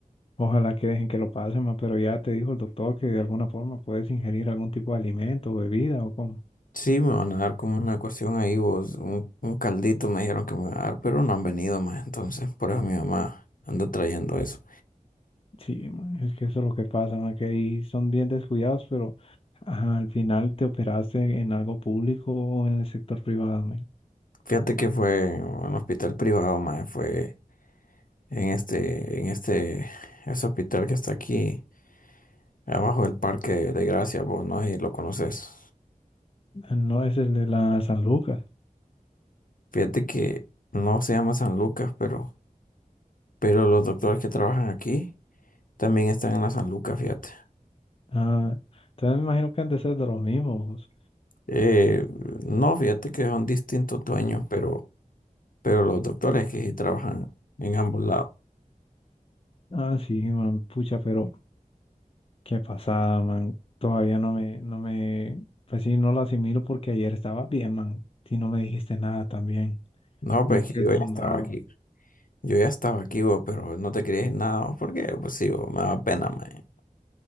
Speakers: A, on the left; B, on the left.
A: Ojalá que dejen que lo pasen, ma, pero ya te dijo el doctor que de alguna forma puedes ingerir algún tipo de alimento o bebida o cómo.
B: Sí, me van a dar como una cuestión ahí, vos, un, un caldito me dijeron que me van a dar, pero no han venido más, entonces por eso mi mamá anda trayendo eso.
A: Sí, ma, es que eso es lo que pasa, ma, que ahí son bien descuidados, pero ajá, al final te operaste en algo público o en el sector privado, ma.
B: Fíjate que fue en un hospital privado, más fue en este, en este, ese hospital que está aquí, abajo del Parque de Gracia, vos, no sé si lo conoces.
A: No es el de la San Lucas.
B: Fíjate que no se llama San Lucas, pero, pero los doctores que trabajan aquí también están en la San Lucas, fíjate.
A: Ah, entonces me imagino que han de ser de los mismos.
B: Eh, no, fíjate que son distintos dueños, pero, pero los doctores que sí trabajan en ambos lados.
A: Ah, sí, man, pucha, pero qué pasada, man. Todavía no me, no me, pues sí, no lo asimilo porque ayer estaba bien, man, y no me dijiste nada también.
B: No,
A: Me
B: pues
A: quedé
B: que yo ya
A: asombrado.
B: estaba aquí. Yo ya estaba aquí, vos, pero no te quería ir nada, vos, porque pues sí, vos, me da pena, mae.